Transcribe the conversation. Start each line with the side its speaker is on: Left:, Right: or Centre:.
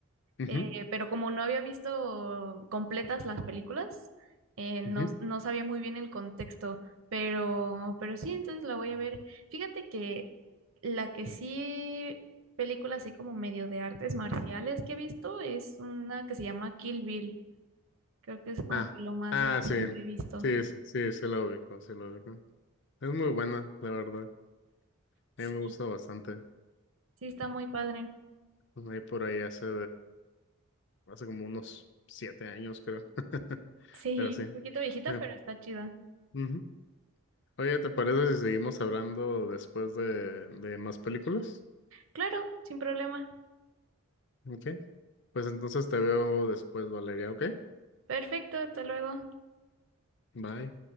Left: ujú,
Right: Eh, pero como no había visto completas las películas, eh, no,
Left: ujú.
Right: no sabía muy bien el contexto, pero, pero sí, entonces la voy a ver. Fíjate que la que sí, película así como medio de artes marciales que he visto es una que se llama Kill Bill. Creo que es como
Left: Ah,
Right: que lo más
Left: ah,
Right: de acción
Left: sí,
Right: que he visto.
Left: sí, sí, sí, se lo ubico, se lo ubico. Es muy buena, la verdad.
Right: Sí,
Left: A mí me gusta bastante.
Right: sí, está muy padre.
Left: pues, Ahí por ahí hace, hace como unos siete años, creo. <laughs>
Right: Sí,
Left: Pero sí.
Right: un poquito viejita,
Left: <laughs>
Right: pero está chida.
Left: Ujú. Oye, ¿te parece si seguimos hablando después de, de más películas?
Right: Claro, sin problema.
Left: Ok. Pues entonces te veo después, Valeria, ¿ok?
Right: Perfecto, hasta luego.
Left: Bye.